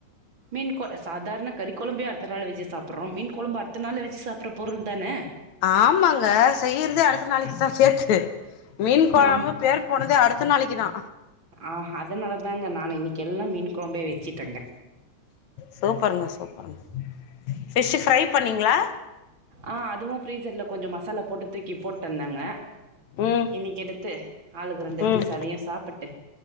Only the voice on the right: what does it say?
மீன் கொல சாதாரண கறி கொழம்பே அடுத்த நாள் வச்சு சாப்புர்றோ மீன் கொழம்பு அடுத்த நாள் வச்சு சாப்புர்ற பொருள் தான
ஆமா
ஆ அதுனால தாங்க நானு இன்னைக்கு எல்லா மீன் கொழம்பே வச்சுட்டேங்க
ஆ அதுவு ஃப்ரீஸர்ல கொஞ்சோ மசாலா போட்டு தூக்கி போட்டு வந்தங்க
இன்னைக்கு எடுத்து ஆளுக்கு ரெண்டு
பீஸ் அதையு சாப்பிட்டு